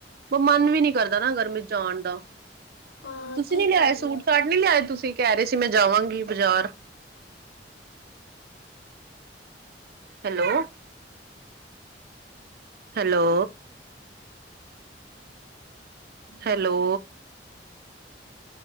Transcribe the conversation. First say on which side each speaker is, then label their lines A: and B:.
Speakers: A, on the right; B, on the left.
A: ਮ ਮਨ ਵੀ ਨੀ ਕਰਦਾ ਨਾ ਗਰਮੀ ਜਾਣ ਦਾ
B: ਹਾਂ
A: ਤੁਸੀਂ
B: ਕੀ
A: ਨੀ ਲਿਆਏ
B: ਕਰੀਏ
A: ਸੂਟ ਸਾਟ ਨੀ ਲਿਆਏ ਤੁਸੀ ਕਹਿ ਰਹੇ ਸੀ ਮੈਂ ਜਾਵਾਂਗੀ ਬਾਜ਼ਾਰ। ਹੈਲੋ! ਹੈਲੋ। ਹੈਲੋ।